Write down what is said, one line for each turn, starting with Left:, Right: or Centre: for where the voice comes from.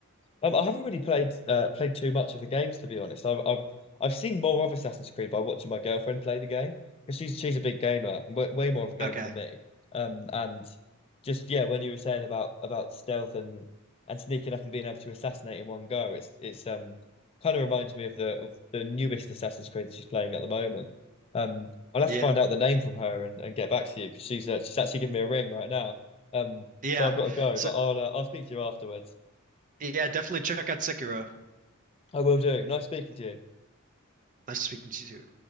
Left: Um, I haven't really played uh, played too much of the games to be honest. I've I've, I've seen more of Assassin's Creed by watching my girlfriend play the game because she's she's a big gamer, w way more of a gamer
Right: Okay.
Left: than me. Um, and just yeah, when you were saying about about stealth and and sneaking up and being able to assassinate in one go, it's it's um kind of reminds me of the of the newest Assassin's Creed that she's playing at the moment. Um, I'll have
Right: Yeah.
Left: to find out the name from her and, and get back to you because she's uh, she's actually giving me a ring right now. Um,
Right: Yeah.
Left: so I've got to go,
Right: So,
Left: but I'll uh, I'll speak to you afterwards.
Right: yeah, definitely check out Sekiro.
Left: I will do. Nice speaking to you.
Right: Nice speaking to you.